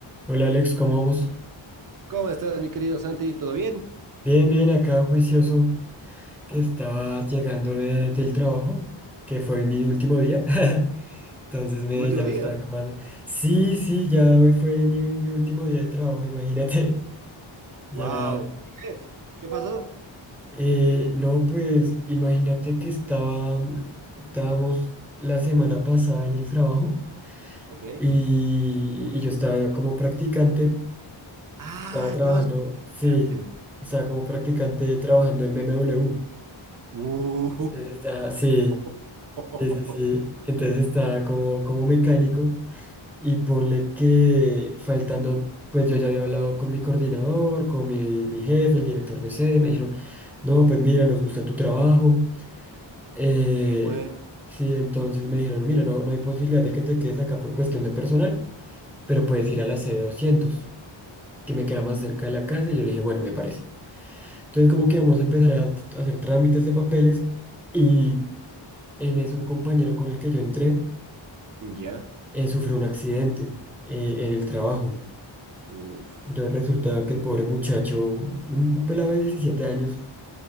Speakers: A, in the centre; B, on the right (about 45°).
A: Hola Alex, ¿cómo vamos?
B: ¿Cómo estás, mi querido Santi? ¿Todo bien?
A: Bien, bien, acá juicioso que estaba llegando de- del trabajo, que fue mi último día. <laughs> Entonces me,
B: ¿Tu último
A: ya
B: día?
A: me estaba comando. Sí, sí, ya hoy fue mi, mi último día de trabajo, imagínate. <laughs>
B: Wow.
A: Ya.
B: ¿Por qué? ¿Qué No, pasó?
A: eh, no, pues imagínate que estaba, mm, estábamos la semana pasada en el trabajo
B: Ok.
A: y, y yo estaba como practicante,
B: Ah,
A: estaba trabajando,
B: estabas con
A: sí,
B: picante.
A: estaba como practicante trabajando en BMW.
B: Uh,
A: Entonces Está, sí,
B: <laughs>
A: sí, sí, sí. Entonces está como, como mecánico y ponle que faltando, pues yo ya había hablado con mi coordinador, con mi, mi jefe, el director de sede, y me dijeron, no, pues mira, nos gusta tu trabajo. Eh,
B: qué bueno.
A: sí, entonces me dijeron, mira, no, no hay posibilidad de que te quedes acá por cuestión de personal, pero puedes
B: Ok.
A: ir a la sede 200 que me queda más cerca de la casa, y yo le dije, bueno, me parece. Entonces como que vamos a empezar a t- a hacer trámites de papeles y en eso un compañero con el que yo entré,
B: Ya.
A: eh, sufrió un accidente eh, en el trabajo.
B: Uf.
A: Entonces resulta que el pobre muchacho, un, un pelado de 17 años,